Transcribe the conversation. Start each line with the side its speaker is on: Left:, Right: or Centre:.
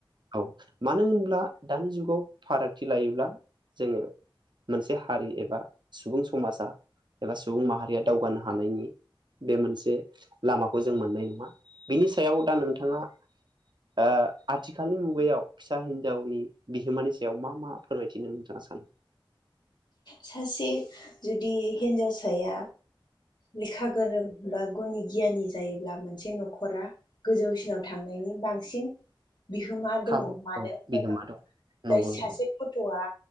Right: औ मानो होनब्ला दानि जुगाव फारागथि लायोब्ला जोङो मोनसे हारि एबा सुबुं समाजा एबा सुबुं माहा रि दावगानो हानायनि बे मोनसे लामाखौ जों मोननाय नङा। बेनि सायाव दा नोंथाङा ओ आथिखालनि मुगायाव फिसा हिनजावनि बिहोमानि सायाव मा मा फोरमायथिनो नोंथाङा सानो?
Left: सासे जुदि हिन्जावसाया लेखा गोरों बा गुनि गियानि जायोब्ला मोनसे न'खरा गोजौसिनाव थांनायनि बांसिन बिहोमा दङ।
Right: खाबु
Left: मानो
Right: औ
Left: होनबा
Right: बिहोमा
Left: दा
Right: दं नंगौ
Left: दा सासे
Right: नंगौ
Left: गथ'आ